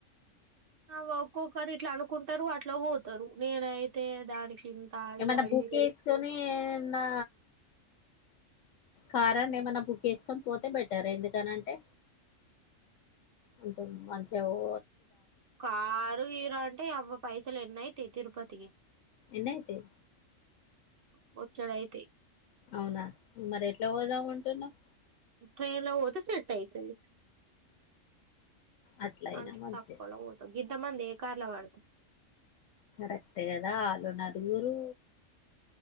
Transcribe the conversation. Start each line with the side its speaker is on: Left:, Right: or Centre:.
Right: అవ్వ ఒక్కొక్కరు ఇట్ల అనుకుంటారు అట్ల పోతారు నేనైతే దానికి ఇంత అడిగి
Left: ఏమన్న
Right: అడిగి
Left: బుక్ ఏస్కొని ఏమన్నా కారన్న ఏమన్న బుక్ చేస్కొని పోతే బెటర్ ఎందుకనం టే కొంచం మంచిగ పో
Right: కారు గీరు అంటే అవ్వ పైసల్ ఎన్నయితే తిరుపతికి
Left: ఎన్నైతయి
Right: బొచ్చుడ్ అయితయి
Left: అవునా మరి ఎట్లా పోదాం అంటున్నవ్
Right: ట్రైన్ల పోతే సెట్ అయితయి.
Left: అట్ల అయినా
Right: అంటే
Left: మంచిదే
Right: తక్కోల పోతాం గింత మంది ఏ కార్ల పడ్తం.
Left: కరెక్టే కదా ఆళ్ళు నలుగురు